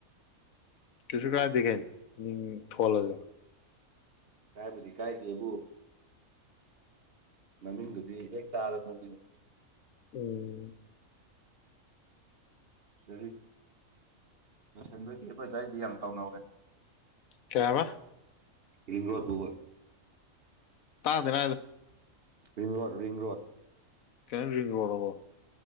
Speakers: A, on the left; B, on the right.
A: ꯀꯩꯁꯨ ꯀꯥꯏꯗꯦ ꯀꯩꯅꯣ ꯃꯤꯡ ꯊꯣꯜꯂꯁꯨ
B: ꯍꯥꯏꯕꯗꯤ ꯀꯥꯏꯗꯦꯕꯨ ꯃꯅꯨꯡꯗꯨꯗꯤ ꯍꯦꯛ ꯇꯥꯗ ꯆꯣꯃꯤꯉꯅ
A: ꯎꯝ
B: <unintelligible> ꯂꯣꯏꯁꯤꯟꯕꯒꯤ ꯑꯩꯈꯣꯏ ꯗꯥꯏꯗꯤ ꯌꯥꯝ ꯇꯥꯎꯅꯧꯔꯦ
A: ꯀꯌꯥꯕꯥ
B: ꯀꯔꯤꯅꯣ ꯇꯩꯕꯥ
A: ꯇꯥꯗꯔꯥ
B: ꯔꯤꯡ ꯔ‌ꯣꯠ ꯔꯤꯡ ꯔ‌ꯣꯠ
A: ꯀꯩꯅꯔꯤꯅ‌ꯣ ꯔꯤꯡꯔꯣꯗ ꯍꯥꯏꯕꯣ